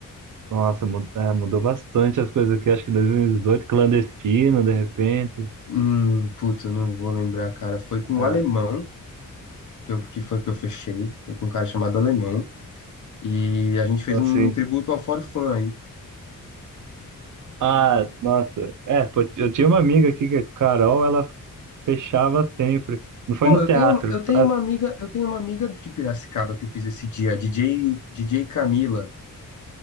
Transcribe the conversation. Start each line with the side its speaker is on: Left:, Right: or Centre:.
Right: Nossa, mu- é, mudou bastante as coisas aqui. Acho que 2018, clandestino, de repente.
Left: Hum, putz, eu não vou lembrar, cara. Foi com
Right: Ah,
Left: o alemão que, eu, que foi que eu fechei. Foi com um cara chamado Alemão. E a gente fez
Right: então, assim.
Left: um tributo ao For Fun aí.
Right: Ah, nossa. É, pô, eu tinha uma amiga aqui, que a Carol, ela fechava sempre. Não foi
Left: Pô,
Right: no
Left: eu
Right: teatro.
Left: tenho, eu tenho
Right: Ah,
Left: uma amiga, eu tenho uma amiga de Piracicaba que eu fiz esse dia, DJ, DJ Camila.